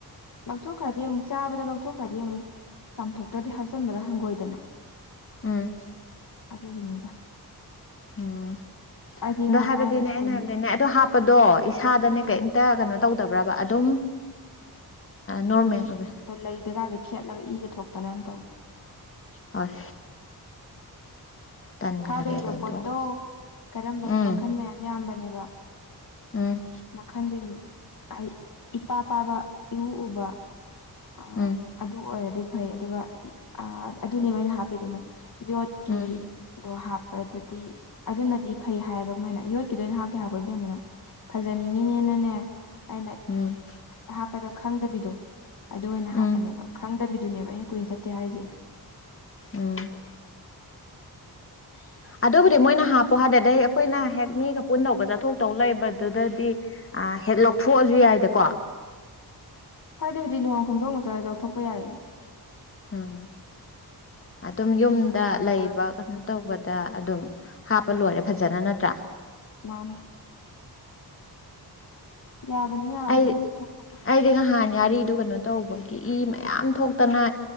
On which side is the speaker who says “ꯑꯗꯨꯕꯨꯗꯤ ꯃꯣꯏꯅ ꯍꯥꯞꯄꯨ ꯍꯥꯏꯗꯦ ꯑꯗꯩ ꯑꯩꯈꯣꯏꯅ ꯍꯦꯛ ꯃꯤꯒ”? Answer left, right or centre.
Left